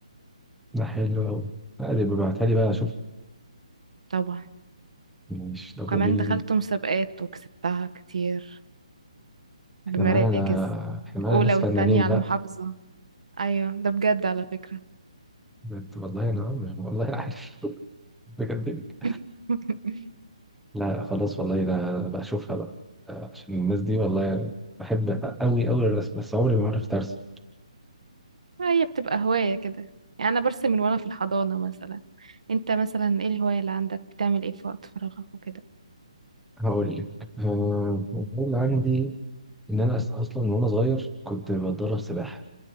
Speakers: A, in the centre; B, on the right.
A: حلوه قوي لا اللي ببعتها لي بقى اشوف
B: طبعا
A: مش طب
B: وكمان
A: قولي
B: دخلت
A: لي
B: مسابقات وكسبتها كتير بمراكز
A: احنا معانا انا احنا معانا
B: اولى
A: ناس
B: والتانية
A: فنانين
B: على
A: بقى
B: المحافظة ايوه ده بجد على فكرة
A: قلت والله انا مش والله عارف <laughs> بكدبك
B: <laughs>
A: لا خلاص والله ده بقى اشوفها بقى آه، عشان الناس دي والله بحب قوي قوي الرسم بس عمري ما عرفت ارسم
B: هي بتبقى هواية كده يعني انا برسم من وانا في الحضانة مثلا انت مثلا ايه الهواية اللي عندك بتعمل ايه في وقت فراغك وكده
A: هقول لك آه، المفروض عندي ان انا أص- اصلا من وانا صغير كنت بتدرب سباحه